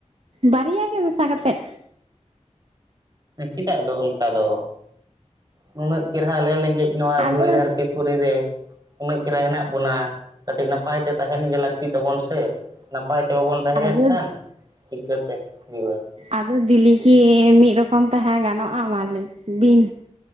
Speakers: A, on the right (about 55°); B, on the right (about 35°).
A: ᱵᱟᱨᱭᱟ ᱜᱮ ᱢᱮᱥᱟ ᱠᱟᱛᱮᱜ,
B: ᱪᱮᱫᱟᱜ ᱫᱚ ᱚᱱᱠᱟ ᱫᱚ ᱱᱩᱱᱟᱹᱜ ᱪᱮᱨᱦᱟ ᱞᱮ ᱞᱮᱸᱜᱮᱡ ᱱᱚᱣᱟ
A: ᱟᱫᱚ
B: ᱫᱷᱩᱲᱤ ᱫᱷᱟᱹᱨ ᱛᱤ ᱯᱩᱨᱤ ᱨᱮ, ᱩᱱᱟᱹᱜ ᱪᱮᱨᱦᱟ ᱦᱮᱱᱟᱜ ᱵᱚᱱᱟ ᱠᱟᱹᱴᱤᱡ ᱱᱟᱯᱟᱭ ᱛᱮ ᱛᱟᱦᱮᱱ ᱜᱮ ᱞᱟᱹᱠᱛᱤ ᱛᱟᱵᱚᱱ ᱥᱮ ᱱᱟᱯᱟᱭ ᱛᱮ ᱵᱟᱵᱚᱱ ᱛᱟᱦᱮᱸ ᱞᱮᱱ
A: ᱟᱫᱚ
B: ᱠᱷᱟᱱ ᱪᱤᱠᱟᱹᱛᱮ ᱦᱩᱭᱩᱜᱼᱟ᱾
A: ᱟᱫᱚ ᱫᱤᱠᱩ ᱠᱤ ᱢᱤᱫ ᱨᱚᱠᱚᱢ ᱛᱟᱦᱮᱸ ᱜᱟᱱᱚᱜᱼᱟ ᱢᱟ ᱞᱟᱹᱭ ᱵᱤᱱ,